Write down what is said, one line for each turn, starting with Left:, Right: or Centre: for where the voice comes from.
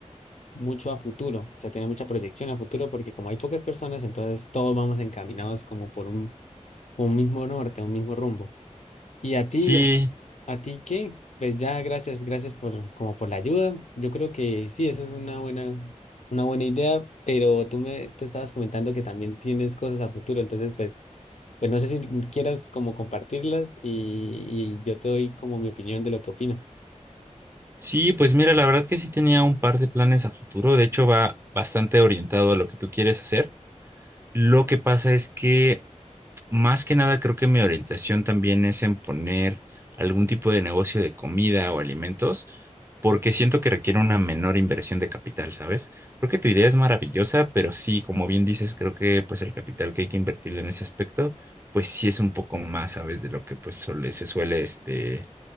Left: mucho a futuro. O sea, tiene mucha proyección a futuro porque como hay pocas personas, entonces todos vamos encaminados como por un, con un mismo norte, un mismo rumbo. ¿Y a ti?
Right: Sí,
Left: ¿A ti qué? Pues ya, gracias, gracias por como por la ayuda. Yo creo que sí, eso es una buena, una buena idea, pero tú me, tú estabas comentando que también tienes cosas a futuro, entonces pues, pues no sé si quieras como compartirlas y, y yo te doy como mi opinión de lo que opino.
Right: sí, pues mira, la verdad que sí tenía un par de planes a futuro. De hecho, va bastante orientado a lo que tú quieres hacer. Lo que pasa es que Más que nada, creo que mi orientación también es en poner algún tipo de negocio de comida o alimentos, porque siento que requiere una menor inversión de capital, ¿sabes? Creo que tu idea es maravillosa, pero sí, como bien dices, creo que pues el capital que hay que invertirle en ese aspecto, pues sí es un poco más, ¿sabes? De lo que pues suele- se suele este